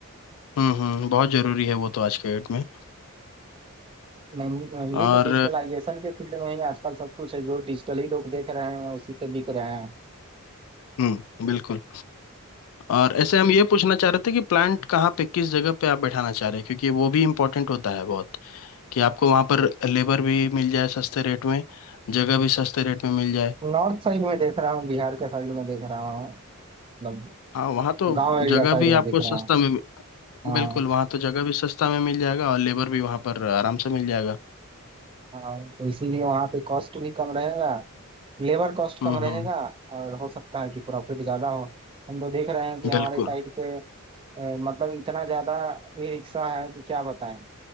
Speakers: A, on the left (about 65°); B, on the right (about 25°).
A: हम्म हम्म बहुत जरूरी है वो तो आज के डेट में
B: मेनली
A: और
B: तो डिजिटलाइजेशन के फील्ड में ही आजकल सब कुछ है जो डिजिटली लोग देख रहे हैं उसी पे बिक रहे हैं
A: हम्म बिल्कुल और ऐसे हम ये पूछना चाह रहे थे कि प्लांट कहाँ पे किस जगह पे आप बैठाना चाह रहे हैं क्योंकि वो भी इम्पोर्टेंट होता है बहुत कि आपको वहाँ पर लेबर भी मिल जाए सस्ते रेट में जगह भी सस्ते रेट में मिल जाए
B: नॉर्थ साइड में देख रहा हूँ बिहार के साइड में देख रहा हूँ मतलब
A: हाँ वहाँ तो
B: गांव एरिया
A: जगह
B: साइड
A: भी
B: में
A: आपको
B: दिख
A: सस्ता
B: रहा है
A: में
B: हाँ
A: बिल्कुल वहाँ तो जगह भी सस्ता में मिल जाएगा और लेबर भी वहाँ पर आराम से मिल जाएगा
B: हाँ तो इसीलिए वहाँ पे कॉस्ट भी कम रहेगा लेबर कॉस्ट
A: हम्म
B: कम रहेगा
A: हम्म
B: और हो सकता है कि प्रॉफिट ज्यादा हो हम तो देख रहे हैं कि हमारे
A: बिल्कुल
B: साइड पे अ, मतलब इतना ज्यादा ई रिक्शा है कि क्या बताएं